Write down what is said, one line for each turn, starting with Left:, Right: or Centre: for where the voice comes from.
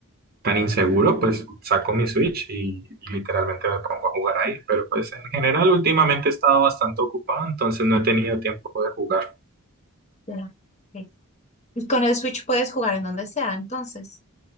Right: tan inseguro, pues saco mi Switch y, y literalmente me pongo a jugar ahí. Pero pues en general últimamente he estado bastante ocupado, entonces no he tenido tiempo de jugar.
Left: Ya, ok. Y con el Switch puedes jugar en donde sea, entonces.